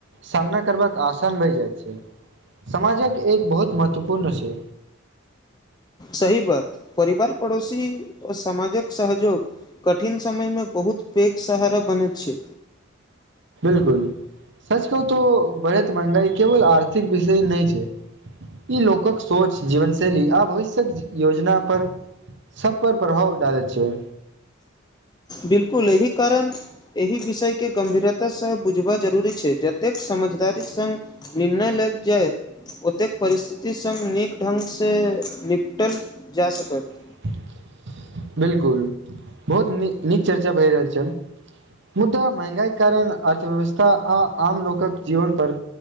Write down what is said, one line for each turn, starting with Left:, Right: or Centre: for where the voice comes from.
Right: सामना करबाक आसान भए जाइत छै समाजक एक बहुत महत्वपूर्ण छै
Left: सही बात परिवार पड़ोसी ओ समामाजक सहजोग कठिन समयमे बहुत पैघ सहारा बनैत छै
Right: बिलकुल सच कहुँ तो बढ़ैत महगाई केवल आर्थिक विषय नहि छै ई लोकक सोंच जीवन शैली आ भविष्यक योजना पर सब पर प्रभाव डालैत छियै
Left: बिलकुल एहि कारन एहि विषय के गंभीरतासँ बुझबा जरूरी छै जतेक समझदारी संग निर्णय ले जाय ओतेक परिस्थिति संग नीक ढंगसँ निपटल जा सकैत
Right: <inaudible> बिलकुल बहुत नी नीक चर्चा भए रहल छल मुदा महंगाईक कारण अर्थव्यवस्था आ आम लोकक जीवन पर